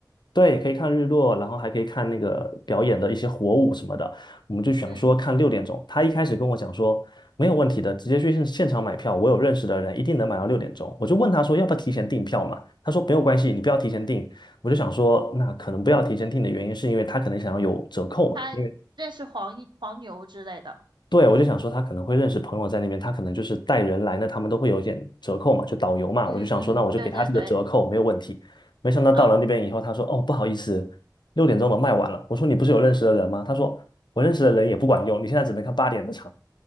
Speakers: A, on the left; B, on the right.
A: 对，可以看日落，然后还可以看那个表演的一些火舞什么的。我们就想说看六点钟，
B: 嗯，
A: 他一开始跟我讲说没有问题的，直接去现现场买票，我有认识的人一定能买到六点钟。我就问他说要不要提前订票嘛，他说没有关系，你不要提前订。我就想说那可能不要提前订的原因是因为他可能想要有折扣嘛。
B: 他认识黄黄牛之类的，
A: 因为。对，我就想说他可能会认识朋友在那边，他可能就是带人来，那他们都会有一点折扣嘛，就导游嘛，
B: 嗯嗯，
A: 我就想说，那我就给他这个折扣没有问题。
B: 对对对，
A: 没想到到了那边以后，
B: 啊、
A: 他说：“哦，不好意思，六点钟都卖完了。”我说：“你不是有认识的人吗？”他说：“我认识的人也不管用，你现在只能看八点的场。”